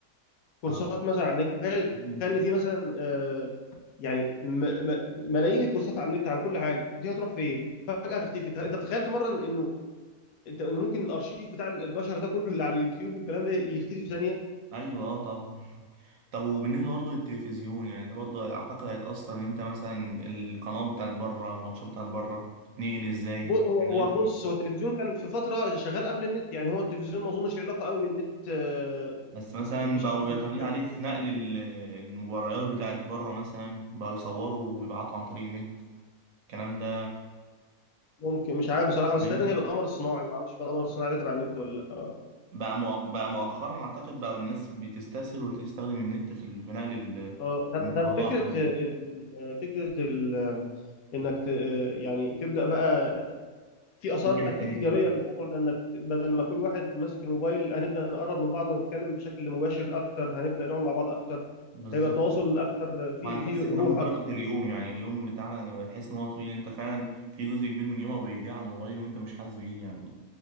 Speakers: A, on the left; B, on the right.
A: كورسات
B: ف-
A: مثلا على النت تخيل
B: مم.
A: تخيل ان في مثلا آه، يعني م م ملايين الكورسات على النت عن كل حاجه دي هتروح فين فجاه هتختفي انت تخيلت مره إن- انه انت ان ممكن الارشيف بتاع البشر ده كله اللي على اليوتيوب والكلام ده يختفي في ثانيه
B: ايوه اه طبعا طب وبالنسبة برضه للتلفزيون يعني ده برضه أعتقد هيتأثر إن أنت مثلا القنوات بتاعت بره الماتشات بتاعت بره تتنقل إزاي
A: ب- هو
B: دلوقتي
A: هو بص هو التلفزيون كان في فتره شغال قبل النت يعني هو التلفزيون ما اظنش له علاقه قوي بالنت آه،
B: بس مثلا
A: بشكل
B: بقوا
A: مباشر.
B: يعتمدين عليه في نقل ال- المباريات بتاعت بره مثلا بقوا يصوروا ويبعتوا عن طريق النت الكلام ده
A: ممكن مش عارف بصراحة بس
B: تمام.
A: تقريبا هي بالقمر الصناعي ما اعرفش بقى القمر الصناعي ده تبع النت ولا لا اه
B: بقى مؤخ... بقى مؤخرا أعتقد بقوا الناس بتستسهل وتستخدم النت في ال- في نقل ال-
A: آه، طب
B: المباراة
A: طب فكرة
B: حاجة
A: ال...
B: زي كده.
A: ال... فكرة ال... انك ت... يعني تبدأ بقى في آثار
B: نرجع
A: اكيد
B: تاني
A: إيجابية للموضوع ده انك بدل ما كل واحد ماسك الموبايل هنبدأ نقرب من بعض ونتكلم بشكل مباشر اكتر هنبدأ نقعد مع بعض اكتر
B: بالظبط.
A: هيبقى التواصل اكتر في
B: وهنحس
A: في روح
B: كمان ببركة
A: اكتر
B: اليوم يعني اليوم بتاعنا لما تحس ان هو طويل انت فعلا في جزء كبير من يومك بيضيع على الموبايل وانت مش حاسس بيه يعني